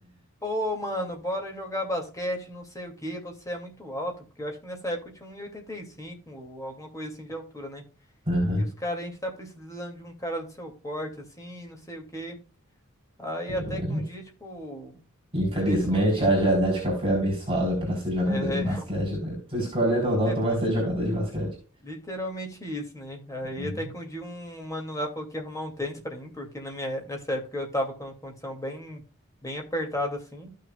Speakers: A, on the left; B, on the right.
A: Pô, mano, bora jogar basquete, não sei o que você é muito alto, porque eu acho que nessa época eu tinha um 1,85 ou alguma coisa assim de altura, né?
B: aham,
A: E os caras, a gente tá precisando de um cara do seu porte, assim, não sei o que Aí
B: é,
A: até que
B: mas-
A: um dia, tipo,
B: Infelizmente,
A: um deles falou que.
B: a genética foi abençoada para ser jogador
A: É,
B: de basquete, né? Tu escolhendo
A: Liter-
B: ou não, tu vai ser jogador de basquete.
A: Literalmente isso, né? Aí
B: Uhum,
A: até que um dia um mano lá falou que ia arrumar um tênis pra mim, porque na minha, nessa época eu tava com uma condição bem, bem apertada assim.